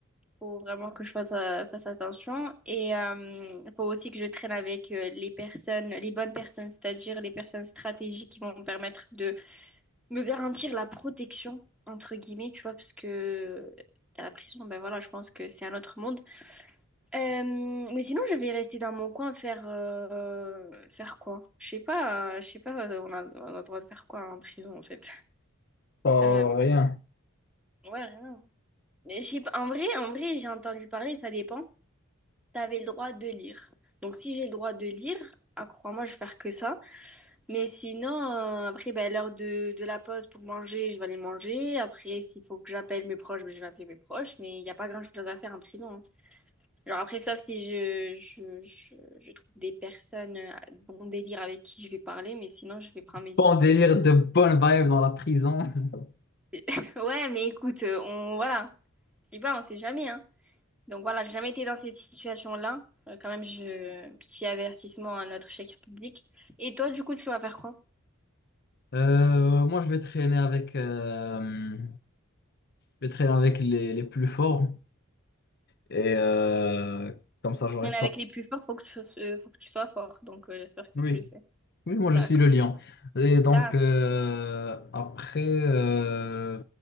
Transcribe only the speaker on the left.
Pas
rien.
Bon délire de bonne vibe dans la prison. <laughs>
Euh, moi, je vais traîner avec, euh, je vais traîner avec les, les plus forts. Et euh, comme ça,
j'aurais
pas.
Oui,
oui, moi
je suis le lion. Et donc
euh, après, euh,